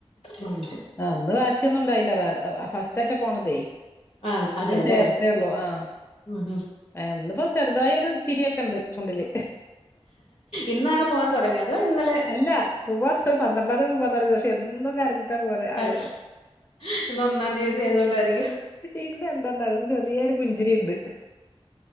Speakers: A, on the left (about 80°); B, on the left (about 25°).
A: ഉം
B: അന്ന് കാശൊന്നുണ്ടായി ല്ല <unintelligible> ഫസ്റ്റായിട്ട പോണതേ
A: ആഹ് അതെല്ലേ
B: അപ്പം ചേർത്തിയെള്ളൂ ആഹ്
A: ഉം
B: ഒന്നിപ്പോ ചെറുതായൊരു ചിരിയൊക്കെ ഉണ്ട് ചുണ്ടില്
A: ഇന്നാണ് പോവാൻ തുടങ്ങിയത് ഇന്നലെ
B: അല്ല പോവാ പന്ത്രണ്ടാംയൾ പോവാൻ തുടങ്ങു പക്ഷെ എന്നും കരഞ്ഞിട്ട് ഇത്തം പോലെ
A: കരച്ച
B: ആള്
A: ഇന്ന് ഒന്നാം തീയതി ആയതുകൊണ്ടായിരിക്കും
B: ഇന്ന് എന്താ നടന്നത് ചെറിയൊരു പുഞ്ചിരി ഇണ്ട്